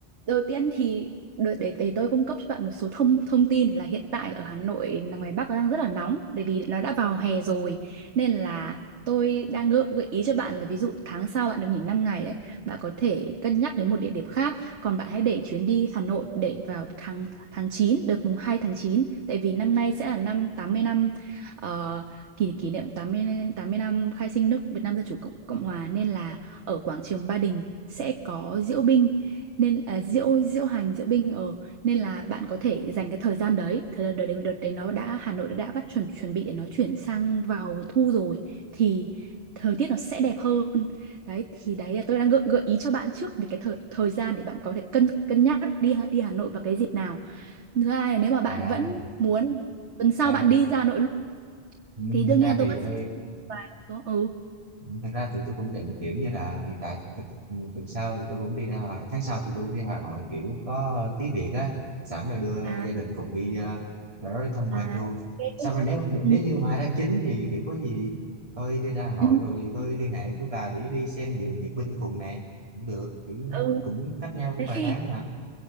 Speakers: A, on the right; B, on the right.
A: đầu tiên thì đợi để, để tôi cung cấp cho bạn một số thông thông tin là hiện tại ở Hà Nội là ngoài Bắc nó đang rất là nóng bởi vì nó đã vào hè rồi nên là tôi đang gợi, gợi ý cho bạn là ví dụ tháng sau bạn được nghỉ 5 ngày đấy bạn có thể cân nhắc đến một địa điểm khác còn bạn hãy để chuyến đi Hà Nội để vào tháng tháng 9, đợt mùng 2 tháng 9, tại vì năm nay sẽ là năm tám mươi năm ờ, kỷ kỷ niệm tám mươi tám mươi năm khai sinh nước Việt Nam Dân chủ Cộng Cộng hòa nên là ở quảng trường Ba Đình sẽ có diễu binh nên à, diễu diễu hành diễu binh ở nên là bạn có thể dành cái thời gian đấy thời gian đợt đấy đợt đấy nó đã Hà Nội đã, đã bắt chuẩn chuẩn bị để nó chuyển sang vào thu rồi thì thời tiết nó sẽ đẹp hơn đấy thì đấy là tôi đang gợi, gợi ý cho bạn trước về cái thời thời gian để bạn có thể cân cân nhắc đi Hà- đi Hà Nội vào cái dịp nào thứ hai là nếu mà bạn
B: à
A: vẫn muốn tuần sau
B: thật ra
A: bạn
B: thì
A: đi ra Hà Nội luôn
B: ừ,
A: thì đương
B: thật
A: nhiên
B: ra
A: là
B: thì
A: tôi vẫn sẽ
B: tôi
A: vài số ừ
B: thật ra thì tôi cũng định kiểu như là hiện tại tuần tuần sau thì tôi cũng đi ra tháng sau thì tôi cũng đi Hà Nội kiểu có tí việc á sẵn rồi đưa
A: à
B: gia đình cùng đi ờ, ra đó đi tham quan
A: à
B: luôn
A: ok.
B: xong rồi nếu nếu
A: ừ,
B: như mà tháng 9 thì kiểu có gì tôi đi ra Hà Nội
A: ừ.
B: rồi tôi liên hệ với bà để đi xem dự duyệt binh cùng này cũng được kiểu
A: ừ.
B: cũng cách nhau cũng
A: thế
B: vài
A: thì
B: tháng mà